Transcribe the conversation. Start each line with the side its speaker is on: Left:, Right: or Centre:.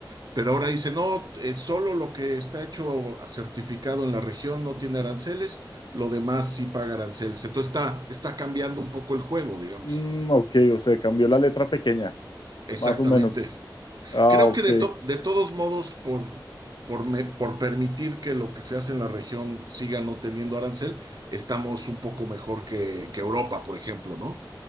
Right: pero ahora dice, no, eh, solo lo que está hecho certificado en la región no tiene aranceles, lo demás sí paga aranceles. Entonces está, está cambiando un poco el juego, digamos.
Left: Mm, ok, o sea, cambió la letra pequeña,
Right: Exactamente.
Left: más o menos. Ah,
Right: Creo
Left: ok,
Right: que de, to- de todos modos, por, por, me- por permitir que lo que se hace en la región siga no teniendo arancel, estamos un poco mejor que, que Europa, por ejemplo, ¿no?